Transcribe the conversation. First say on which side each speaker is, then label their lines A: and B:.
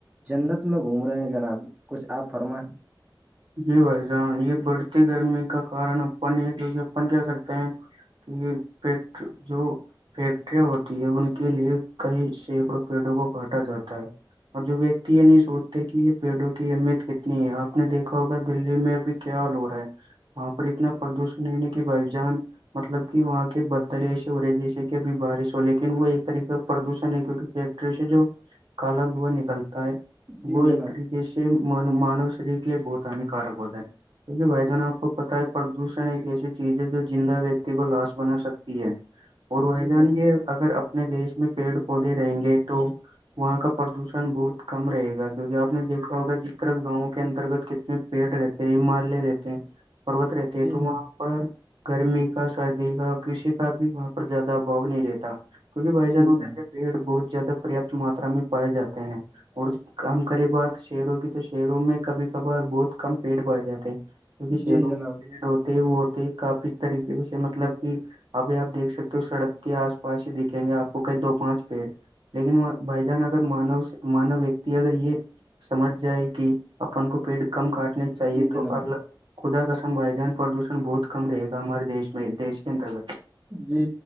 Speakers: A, on the right; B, on the right.
A: جنت میں گھوم رہے ہیں جناب کچھ آپ فرمائیں
B: جی بھائی جان یہ بڑھتی گرمی کا کارن اپن یہ کیونکہ اپن کیا کرتے ہیں کہ فیکٹ جو فیکٹریاں ہوتی ہے ان کے لیے کئی سینکڑوں پیڑوں کو کاٹا جاتا ہے اور جو ویکتی یہ نہیں سوچتے کہ یہ پیڑوں کی اہمیت کتنی ہے آپ نے دیکھا ہوگا دللی میں ابھی کیا لو رہا ہے وہاں پر اتنا پردوشن نہیں نہیں کہ بائیجان مطلب کہ وہاں کے بدل ایسے ہو رہے جیسے کہ ابھی بارش ہو لیکن وہ ایک طریق پردوشن ہے کیونکہ فیکٹری سے جو کالا دھوا نکلتا ہے
A: جی
B: وہ
A: جناب
B: ایک طریقے سے م مانو شریر کے لیے بہت ہانیکارک ہوتا ہے کیکہ بھائی جان آپ کو پتتا ہے پردوشن ایک ایسی چیز ہے جو زندہ ویکتی کو لاش بنا سکتی ہے اور بھائی
A: جی
B: جان
A: جناب
B: یہ اگر اپنے دیش میں پیڑ پودے رہیں گے تو وہاں کا پردوشن بہت کم رہے گا کیوںکہ آپ نے دیکھا ہوگا جس طرح گاؤں کے انترگت کتنے پیڑ رہتے ہیں ہمالیہ رہتے ہیں پوت رہتے ہے
A: جی
B: تو
A: جناب
B: وہاں پر گرمی کا سردی کا کسی کا بھی وہاں پر زیادہ ابھاؤ نہیں رہتا کیونکہ بھائی
A: جی
B: جان ہوتے
A: جناب
B: کہ پیڑ بہت زیادہ پریاپت ماتا میں پائے جاتے ہیں اور ہم کرے بات شہروں کی تو شہروں میں کبھی کبار بہت کم پیڑ پائے جاتے ہیں کیہ شہروں
A: جی جناب جی جناب
B: میں پیڑ ہوتے وہ ہوتے کافی ک طریقے پ مطلب کہ ابھی آپ دیکھ سکتے ہو سڑک کے آس پاس ہی دکھیں گے آپ کو کہیں دو پانچ پیڑ لیکن بھ جان اگر مانو مانو ویکتی اگر یہ سمجھ جائے کہ اپن کو پیٹ کم کاٹنے چاہیے
A: جی جناب
B: تو ال خدا کسم ودان پردوشن بہت کم رہے گا ہمارے دیش میں دیش کے انترگت
A: جی